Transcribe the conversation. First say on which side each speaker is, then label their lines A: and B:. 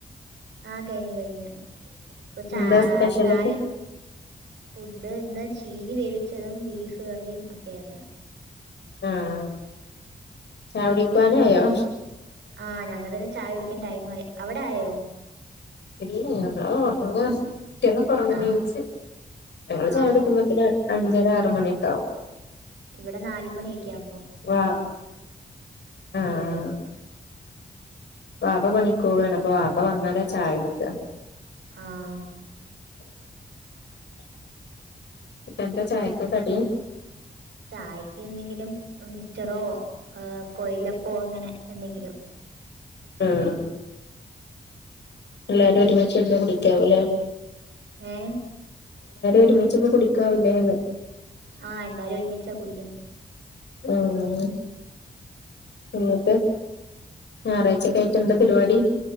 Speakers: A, on the right; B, on the left.
A: ആഹ കയിഞ്ഞ് കയിഞ്ഞ് ഇപ്പൊചായചായ്
B: എന്താ സ്പെഷ്യലൊക്കെ
A: ഫുഡ് ഇന്ന് ഷീ <unintelligible> വേവിച്ചതും ബീഫ് കറിയും ഒക്കെ ആയിരുന്നു
B: ആഹ ചാവു ടിക്കാനായോ
A: ആഹ് ഞങ്ങടടെ ചായ കുടിക്കൻ ടൈം ആ അവിടെ ആയോ
B: ഇല്ല ഞങ്ങള് ഉറങ്ങുവ ട്ടികള് ഉറങ്ങുന്നച്ച്
A: ആ
B: ഞങ്ങള്
A: ആ
B: ചായ എടുക്കുമ്പത്തിന് അഞ്ചര ആറ്മണിയാെക്കെ ആവും
A: ഇവിടെ നാലുമണിയൊക്കെ ആകുമ്പം
B: വാ ആഹ്
A: കുടിക്ക്യ
B: വാപ്പ പണിക്കോവാണോ വാപ്പ വന്നാല ചായ ടിക്കാ
A: ആ
B: ഇപ്പ എന്തച്ചയക്ക് കടി
A: ചായക്ക് എന്തെങ്കിലും മിച്ചറോ കൊയിലപ്പോ അങ്ങനെ എന്തെങ്കിലും
B: ആഹ എല്ലാരും ഒരുമിച്ച് ഇരുന്ന് കുടിക്കാവൂല്ലേ
A: ഏ
B: ഒരുമിച്ചിന്ന് കുടിക്കാവൂലേന്ന്
A: ആഹ എല്ലാരും ഒരുമിച്ച കുടിക്കുന്നു
B: ഉം എന്നിട്ട് ഞായറാഴ്ചക്ക ആയിട്ട് എന്താ പരിപാടി